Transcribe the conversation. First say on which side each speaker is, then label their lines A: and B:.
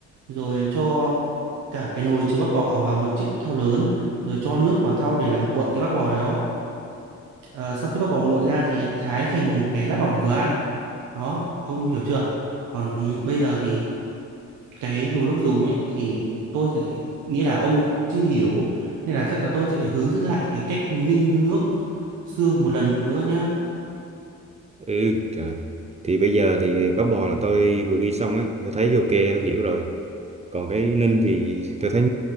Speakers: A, on the right (about 80°); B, on the right (about 20°).
A: Rồi cho cả cái nồi chứa bắp bò vào một chiếc thau lớn rồi cho nước vào thau để làm nguội cái bắp bò đó. Ờ, sau khi bắp bò nguội ra thì hãy thái thành cái lát mỏng vừa ăn. Đó, ông hiểu chưa? Còn bây giờ thì cái nồi nước dùng ấy thì tôi sẽ nghĩ là ông chưa hiểu nên là chắc là tôi sẽ phải hướng dẫn lại cái cách ninh nước xương một lần nữa nhá
B: ừ trời thì bây giờ thì bắp bò là tôi vừa ghi xong ấy tôi thấy ok tôi hiểu rồi còn cái ninh thì tôi thấy